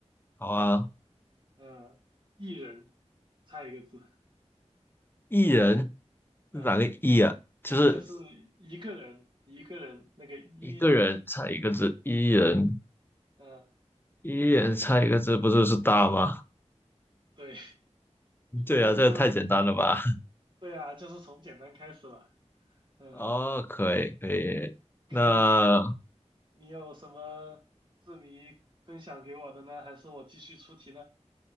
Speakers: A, on the left (about 20°); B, on the right (about 45°).
A: 好啊，
B: 嗯、一人猜一个字，
A: 一人，哪个一啊？
B: 嗯、
A: 就是
B: 就是一个人一个人那个一人，
A: 一个人猜一个字，一人
B: 嗯、
A: 一人猜一个字，不就是大吗？
B: 对，
A: <laughs> 对啊，
B: <laughs> 这是
A: 这个太简单了吧？
B: 对啊，就是从简单开始吧。
A: <laughs>
B: 嗯、
A: 哦，可以可以，
B: 可以，
A: 那
B: 你有什么字谜分享给我的呢？还是我继续出题呢？